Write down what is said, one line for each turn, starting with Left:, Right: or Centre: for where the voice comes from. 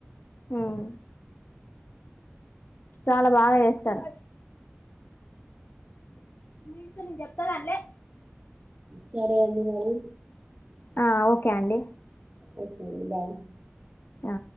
Left: ఉమ్ చాలా బాగా జేస్తరు మీతో నేను జెప్తా గని లే
Right: సరే అండి మరి
Left: ఆ ఓకే అండి
Right: ఓకే డన్
Left: ఆ